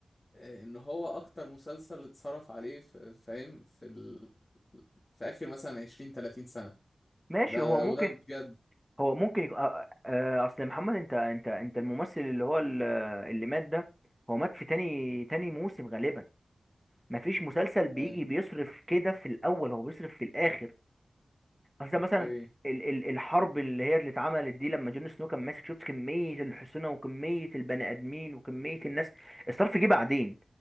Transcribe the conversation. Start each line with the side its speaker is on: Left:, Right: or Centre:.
Left: آه، ان هو اكتر مسلسل اتصرف عليه في- فاهم في ال... في اخر مثلا 20 30 سنة
Centre: ماشي
Left: ده
Centre: هو ممكن
Left: وده بجد
Centre: هو ممكن يكون آه، آه، اصل محمد انت انت انت الممثل اللي هو ال- اللي مات ده هو مات في تاني تاني موسم غالبا مفيش مسلسل بيجي
Left: آه،
Centre: بيصرف كده في الاول هو بيصرف في الاخر اصل
Left: اوكي
Centre: مثلا ال ال الحرب اللي هي اللي اتعملت دي لما جون سنو كان ماسك شفت كمية الحصنة وكمية البني ادمين وكمية الناس الصرف جه بعدين